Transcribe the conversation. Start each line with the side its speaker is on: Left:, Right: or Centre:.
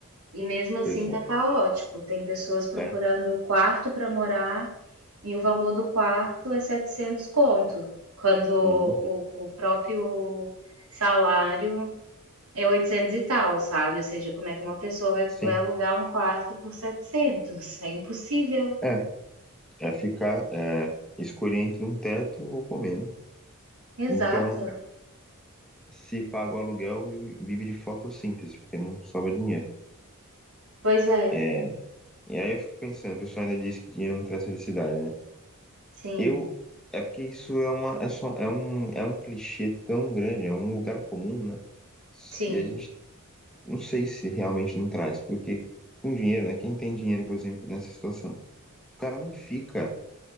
Right: E mesmo assim
Centre: Pois é.
Right: tá caótico. Tem pessoas procurando
Centre: É.
Right: quarto para morar e o valor do quarto é 700 conto, quando o,
Centre: Uhum.
Right: o próprio salário é 800 e tal, sabe? Ou seja, como é que uma pessoa vai,
Centre: Sim.
Right: vai alugar um quarto por setecentos? É impossível.
Centre: É. É ficar, é, escolher entre um teto ou comer, né?
Right: Exato.
Centre: Então, se paga o aluguel, vive de fotossíntese, porque não sobra dinheiro.
Right: Pois é,
Centre: É, e aí eu fico pensando, o pessoal ainda diz que dinheiro não traz felicidade, né?
Right: sim,
Centre: Eu, é porque isso é uma, é só, é um, é um clichê tão grande, é um lugar comum, né?
Right: sim.
Centre: E a gente não sei se realmente não traz, porque com dinheiro, né? Quem tem dinheiro, por exemplo, nessa situação, o cara não fica